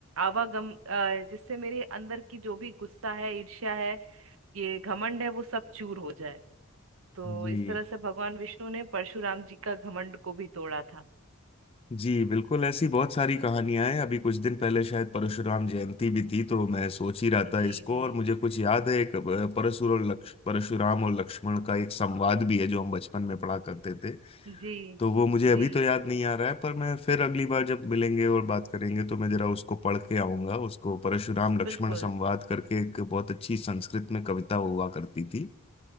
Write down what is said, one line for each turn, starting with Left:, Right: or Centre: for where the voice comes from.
Right: आवागम अ, जिससे मेरे अंदर की जो भी गुस्सा है ईर्ष्या है ये घमंड है वो सब चूर हो जाए तो
Left: जी
Right: इस तरह से भगवान विष्णु ने परशुराम जी का घमंड को भी तोड़ा था
Left: जी बिल्कुल ऐसी बहुत सारी कहानियां हैं अभी कुछ दिन पहले शायद परशुराम जयंती भी थी तो मैं सोच ही रहा
Right: जी
Left: था इसको
Right: जी
Left: और मुझे कुछ याद है एक अ, परशुर और लक्ष परशुराम और लक्ष्मण का एक संवाद भी है जो हम बचपन में पढ़ा करते थे
Right: जी
Left: तो वो मुझे
Right: जी
Left: अभी तो याद नहीं आ रहा है पर मैं फिर अगली बार जब मिलेंगे और बात करेंगे तो मैं जरा उसको पढ़ के आऊंगा उसको परशुराम लक्ष्मण
Right: बिल्कुल
Left: संवाद करके एक बहुत अच्छी संस्कृत में कविता हुआ करती थी